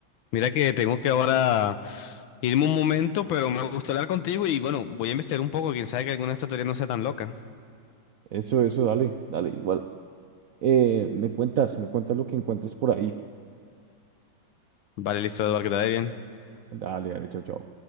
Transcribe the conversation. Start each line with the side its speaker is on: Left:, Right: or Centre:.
Left: mira que tengo que ahora irme un momento, pero me gusta hablar contigo y bueno, voy a investigar un poco, quién sabe que alguna de estas teorías no sea tan loca.
Right: Eso, eso, dale, dale, igual. Eh, me cuentas, me cuentas lo que encuentres por ahí.
Left: Vale, listo, Eduardo, que te vaya bien.
Right: Dale, dale, chao, chao.